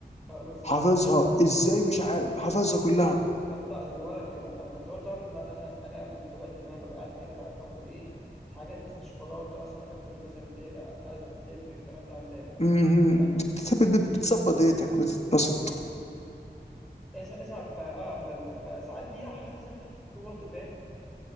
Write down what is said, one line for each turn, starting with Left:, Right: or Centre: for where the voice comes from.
Centre: اه بالظبط
Left: حافظها
Centre: بس-
Left: ازاي مش عارف حافظها كلها
Centre: طب طب طب أقول لك كلمة أنا كنت برضه عندي أنا أنا أنا من طبيعتي إن أنا ببقى قاعد كده ساعات باكل إيه حاجات مثلا شوكولاتة مثلا آكل مثلا لي- أزز لب الكلام ده على اللاب
Left: مهم.
Centre: فك...
Left: بت- بت- بتظبط دنيتك بتتبسط
Centre: اسمع اسمع ف اه فال- فساعات بيقع حاجات مثلا تحت الكيبورد فاهم